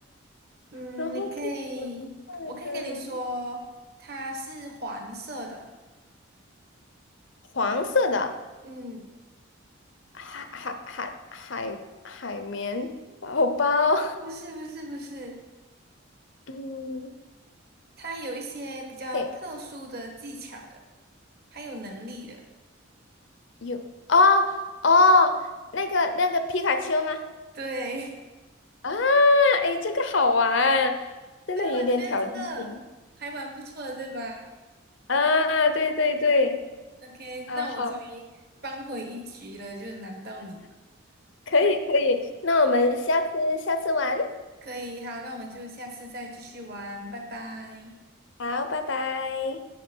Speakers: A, on the right; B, on the left.
A: 嗯，
B: 然后不存在的
A: 你可以，我可以跟你说，它是黄色的，
B: 黄色的
A: 嗯，
B: 海海海海海绵宝宝，
A: 不是，不是，不是，
B: <laughs> 嗯，
A: 它有一些比较特殊的技巧的，
B: 对，
A: 还有能力的，
B: 有哦哦，那个那个皮卡丘吗？
A: 对。
B: 啊，诶，这个好玩，
A: <laughs>
B: 真的有点挑战性
A: 对，我觉得这个还蛮不错的，对吧
B: 啊！对对对。
A: ？OK，
B: 啊，
A: 那我终于扳回一局了，
B: 好，
A: 就难到你。
B: 可以可以，那我们下次下次玩，
A: 可以，好，那我们就下次再继续玩，拜拜。
B: 好，拜拜。